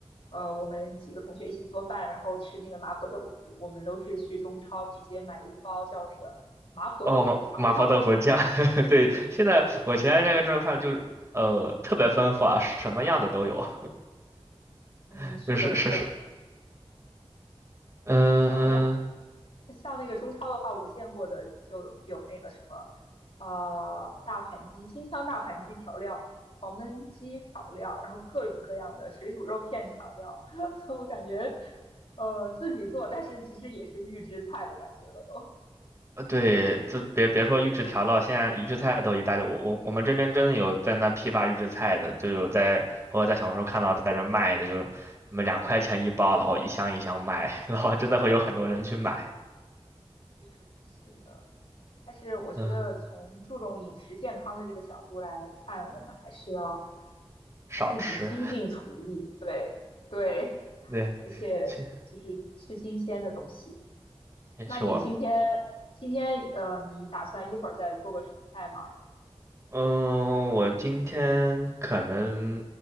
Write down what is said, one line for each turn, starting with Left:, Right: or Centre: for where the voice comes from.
Left: 呃，我们几个同学一起做饭，然后吃那个麻婆豆腐，我们都是去中超直接买一包叫那个麻婆豆腐调料。
Right: 哦，麻麻婆豆腐酱，<laughs> 对，现在我前段时间这个看就是呃特别丰富啊，什么样的都有，
Left: <laughs> 嗯，
Right: <laughs>
Left: 是的，
Right: 就是是是，
Left: 是的，
Right: 嗯、
Left: 呃，像那个中超的话，我见过的就有有那个什么，呃，大盘鸡、新疆大盘鸡调料、黄焖鸡调料，然后各种各样的水煮肉片调料，<laughs> 我感觉，呃，自己做，但是其实也是预制菜的感觉了都。
Right: 呃对，就别别说预制调料，现在预制菜都一大堆。我我我们这边真的有在那批发预制菜的，就有在我在小红书看到在这卖的，就什么两块钱一包，然后一箱一箱卖，<laughs> 然后真的会有很多人去买。
Left: <laughs> 是的，但是我觉得从注重饮食健康的这个角度来看，
Right: 嗯，
Left: 我们还是要
Right: 少吃。
Left: 自己精进厨艺，对对，
Right: 对，
Left: 而且就是吃新鲜的东西。
Right: 其其实我，
Left: 那你今天今天呃，你打算一会儿再做个什么菜吗？
Right: 嗯，我今天可能，